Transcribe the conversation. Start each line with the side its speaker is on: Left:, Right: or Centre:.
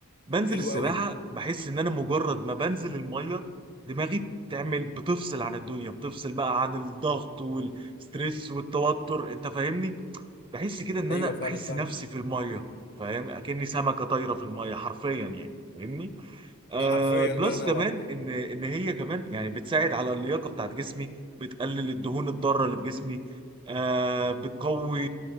Right: بنزل
Left: حلو
Right: السباحه
Left: قوي
Right: بحس ان انا مجرد ما بنزل الميه دماغي بتعمل بتفصل عن الدنيا بتفصل بقى عن الضغط والستريس والتوتر انت فاهمني بحس كده ان
Left: ايوه
Right: انا بحس
Left: فعلا فاهمك
Right: نفسي في الميه فاهم اكني سمكه طايره في الميه حرفيا يعني فاهمني
Left: <laughs>
Right: آه
Left: حرفيا
Right: بلس
Left: فعلا
Right: كمان
Left: هو
Right: ان ان هي كمان يعني بتساعد على اللياقه بتاعت جسمي بتقلل الدهون الضاره اللي في جسمي آه بتقوي